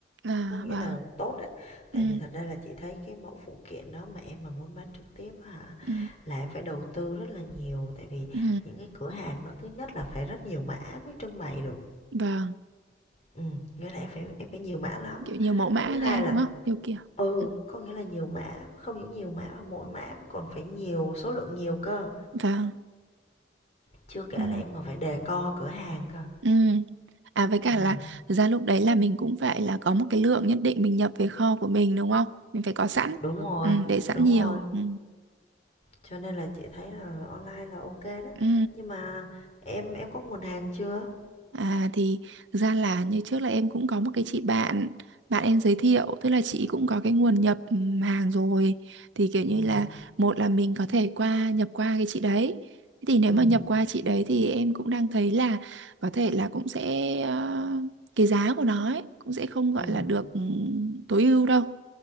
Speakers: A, on the right; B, on the left.
A: à
B: Có nghĩa
A: vâng
B: là tốt đấy. Tại
A: ừ.
B: vì thật ra là chị thấy cái mẫu phụ kiện đó mà em mà muốn bán trực tiếp á hả
A: Ừ.
B: là em phải đầu tư rất là nhiều tại vì
A: Ừ.
B: những cái cửa hàng đó thứ nhất là phải rất nhiều mã mới trưng bày được
A: vâng
B: Ừm, nghĩa là em phải em phải nhiều mã lắm.
A: kiểu nhiều mẫu mã
B: Thứ hai
A: ra
B: là
A: đúng không nhiều kiểu
B: ừ,
A: Ừ.
B: có nghĩa là nhiều mã, không những nhiều mã mà mỗi mã còn phải nhiều, số lượng nhiều cơ.
A: vâng
B: Chưa kể
A: ừ.
B: là em còn phải đề co cửa hàng cơ.
A: Ừ. à với cả
B: Ừm,
A: là thực ra lúc đấy là mình cũng phải là có một cái lượng nhất định mình nhập về kho của mình đúng không mình phải có sẵn
B: đúng rồi,
A: ừ. để sẵn
B: đúng
A: nhiều
B: rồi.
A: ừ.
B: Cho nên là chị thấy là online là ok đó.
A: Ừ.
B: Nhưng mà em em có nguồn hàng chưa?
A: À thì thực ra là như trước là em cũng có một cái chị bạn bạn em giới thiệu tức là chị cũng có cái nguồn nhập ừm, hàng rồi thì kiểu như
B: Ừm,
A: là một là mình có thể qua nhập qua cái chị đấy Thế thì nếu
B: ừm,
A: mà nhập qua chị đấy thì em cũng đang thấy là có thể là cũng sẽ ờ, cái giá của nó ấy, cũng sẽ không gọi
B: ừm,
A: là được ừm, tối ưu đâu